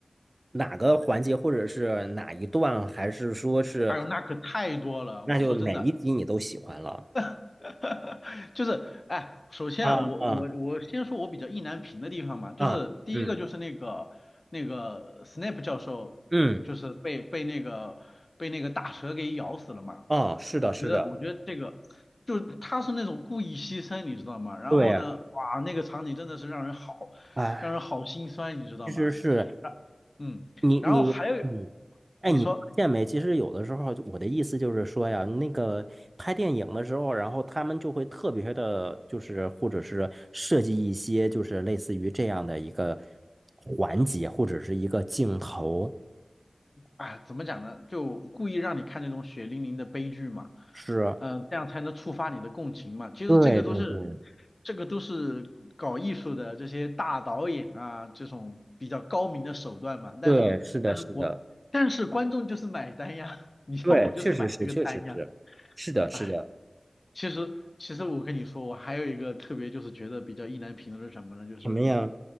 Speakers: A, on the right; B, on the left.
A: 哪个环节或者是哪一段，还是说是
B: 哎呦，那可太多了。
A: 那就哪一集你都喜欢了？
B: 我说真的，<laughs> 哈哈，就是哎，首先啊，
A: 啊啊
B: 我我我先说我比较意难平的地方嘛，就是第一个就是那个那个
A: 啊！嗯
B: Snape 教授，
A: 嗯
B: 就是被被那个被那个大蛇给咬死了嘛。
A: 哦，是的，
B: 我觉得我觉得这个就是他是那种故意牺牲，
A: 是的，
B: 你知道吗？然后呢，
A: 对啊，
B: 哇，那个场景真的是让人好让人好心酸，
A: 哎，
B: 你知道吗？
A: 其实是
B: 啊，嗯，
A: 你你嗯，
B: 然后还有
A: 哎，
B: 你说。
A: 你发现没？其实有的时候我的意思就是说呀，那个拍电影的时候，然后他们就会特别的，就是或者是设计一些就是类似于这样的一个环节或者是一个镜头，
B: 啊，怎么讲呢？就故意让你看那种血淋淋的悲剧嘛，
A: 是。
B: 嗯、这样才能触发你的共情嘛。其实这个都是，
A: 对对对
B: 这个都是搞艺术的这些大导演啊，这种比较高明的手段嘛。但是，
A: 对，是的，
B: 但是我，
A: 是的，
B: 但是观众就是买单呀，<laughs> 你像我就是买这个单呀，
A: 对，确实是，确实是，是的，是的。
B: 哎。其实，其实我跟你说，我还有一个特别就是觉得比较意难平的是什么呢？就是
A: 什么呀？